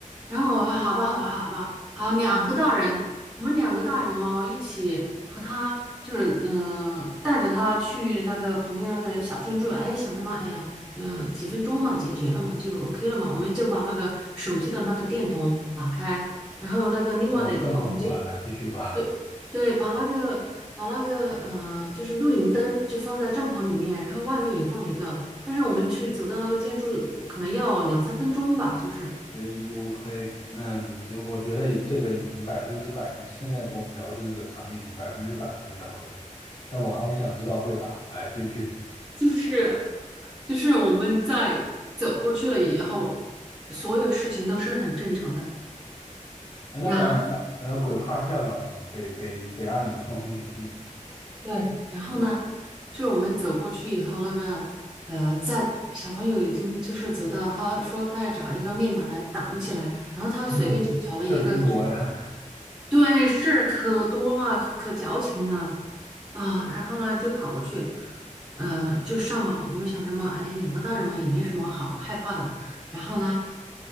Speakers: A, in the centre; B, on the left.
A: 然后我说好吧，好吧，好吧。好，两个大人，我们两个大人哦，一起和他就是嗯、呃带着他去那个旁边那个小建筑，哎，想着嘛，哎呀，嗯、几分钟嘛，解决了嘛，就 OK 了嘛，我们就把那个手机的那个电筒打开，然后那个另外的电筒就
B: 呃，更恐怖了，来继续吧。
A: 对对，把那个把那个嗯、呃就是露营灯就放在帐篷里面，然后外面也放一个，但是我们去走到那个建筑呃可能要两三分钟吧，就是。
B: 哎呦嘿，那对我觉得这个已经百分之百，你现在给我描述这个场景，已经百分之百会遇到鬼了。但我还是想知道会咋，来继续。
A: 就是就是我们在走过去了以后，所有事情都是很正常的。
B: 啊那当然了，
A: 然后
B: 那鬼怕吓到你，得得得让你们放松警惕。
A: 对，然后呢，就我们走过去以后，那个呃，在小朋友已经就是走到，他说他要找一个面板来挡起来，然后他随便就找了一个，
B: 嗯，事儿真多呀
A: 就是对，事儿可多了，可矫情了。啊，然后呢就跑过去，呃，就上嘛。我们想着嘛，哎，两个大人嘛，也没什么好害怕的。然后呢，